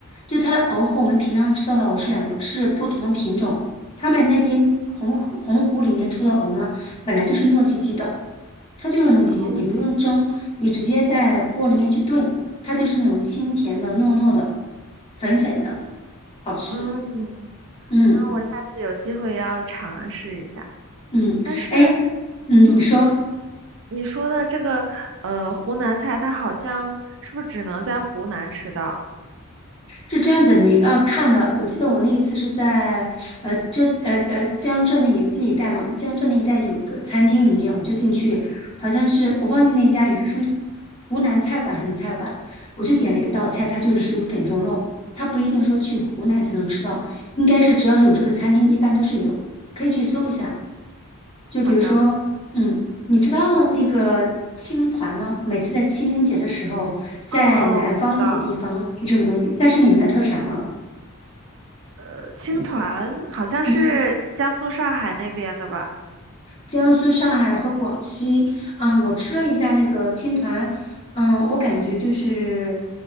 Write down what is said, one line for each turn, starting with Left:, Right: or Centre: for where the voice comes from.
Left: 就它的藕和我们平常吃到的藕是两个是不同的品种。他们那边洪湖洪湖里面出的藕呢，本来就是糯叽叽的，它就是糯叽叽，
Right: 哦
Left: 你不用蒸，你直接在锅里面去炖，它就是那种清甜的、糯糯的、粉粉的，好吃。
Right: 嗯，
Left: 嗯
Right: 那我下次有机会要尝试一下。
Left: 嗯，
Right: 但是，
Left: 哎嗯，
Right: 嗯，
Left: 你说
Right: 你说的这个呃湖南菜，它好像是不是只能在湖南吃到？
Left: 是这样子，你要看的。我记得我那一次是在呃浙呃呃江浙那一那一带嘛，江浙那一带有一个餐厅里面，我就进去，好像是我忘记那家也是属于湖南菜馆什么菜馆，我就点了一个道菜，它就是属于粉蒸肉，它不一定说去湖南才能吃到，应该是只要是有这个餐厅，一般都是有，可以去搜一下。就比如说，
Right: 好的，
Left: 嗯，你知道那个青团吗？每次在清明节的时候，在南方一些地方就这个东西，
Right: 嗯嗯，我知道，
Left: 那是你们的特产吗？
Right: 呃青团好像是江苏上海那边的吧？
Left: 嗯，江苏、上海和广西。嗯，我吃了一下那个青团，嗯，我感觉就是